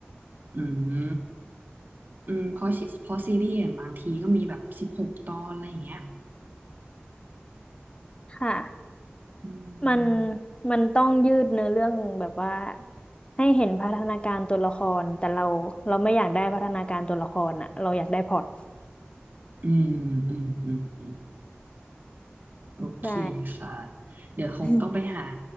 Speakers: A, on the right (about 50°); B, on the left (about 25°).
A: <laughs> อืม อืมเพราะซีเพราะซีรีส์อย่างบางทีก็มีแบบสิบหกตอนอะไรอย่างเงี้ย
B: ๆค่ะ
A: อื
B: มัน
A: ม
B: มันต้องยืดเนื้อเรื่องแบบว่าให้เห็นพัฒนาการตัวละครแต่เราเราไม่อยากได้พัฒนาการตัวละครอะเราอยากได้พล็อต
A: อืมอืมอืมอืมโอเค
B: ใช่
A: ค่ะเดี๋ยวคงต้องไปหา
B: <laughs>